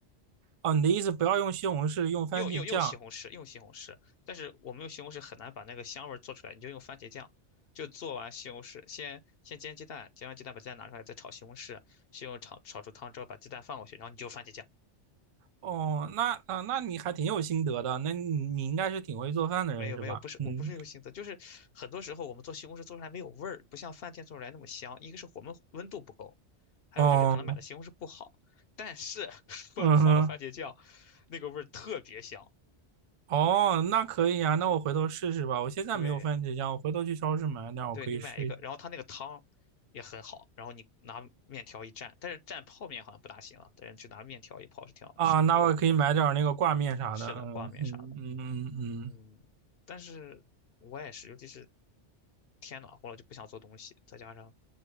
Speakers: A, on the right; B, on the left.
A: 哦，你的意思不要用西红柿，用番茄酱。
B: 用用用西红柿，用西红柿，但是我们用西红柿很难把那个香味儿做出来，你就用番茄酱，就做完西红柿，先先煎鸡蛋，煎完鸡蛋把鸡蛋拿出来，再炒西红柿，西红柿炒炒出汤之后把鸡蛋放过去，然后你就番茄酱。
A: 哦，那啊、那你还挺有心得的，那你你应该是挺会做饭的人是吧？
B: 没有没有，不是我不是用心思，
A: 嗯，
B: 就是很多时候我们做西红柿做出来没有味儿，不像饭店做出来那么香。一个是我们温度不够，还有就是可能买的西红柿不好，
A: 哦，
B: 但是 <laughs> 如果你放了番茄酱，
A: 嗯哼，
B: 那个味儿特别香。
A: 哦，那可以啊，那我回头试试吧。我现在没有番茄酱，
B: 对，
A: 我回头去超市买点儿，我可以试一。
B: 对你买一个，然后它那个汤也很好，然后你拿面条一蘸，但是蘸泡面好像不大行啊，但是就拿面条一泡是挺好吃的。
A: 啊，那我也可以买点儿那个挂面啥的。
B: 是的，
A: 嗯嗯嗯嗯嗯，
B: 挂面啥的，嗯，但是我也是，尤其是天暖和了就不想做东西，再加上